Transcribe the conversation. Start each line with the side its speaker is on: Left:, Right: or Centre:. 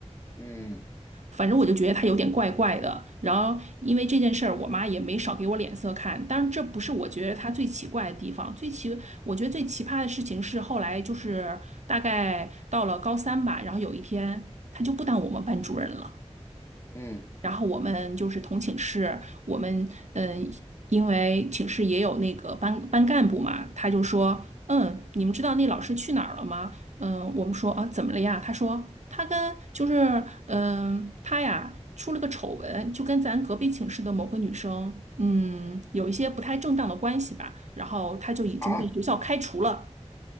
Left: 嗯
Right: 反正我就觉得他有点怪怪的。然后因为这件事儿，我妈也没少给我脸色看。但是这不是我觉得他最奇怪的地方，最奇我觉得最奇葩的事情是后来就是大概到了高三吧，然后有一天他就不当我们班主任了。
Left: 嗯
Right: 然后我们就是同寝室，我们嗯，呃因为寝室也有那个班班干部嘛，他就说，嗯，你们知道那老师去哪儿了吗？嗯，我们说啊，怎么了呀？他说他跟就是嗯，他呀出了个丑闻，就跟咱隔壁寝室的某个女生，嗯，有一些不太正当的关系吧，然后他就已经被学校开除了。
Left: 啊，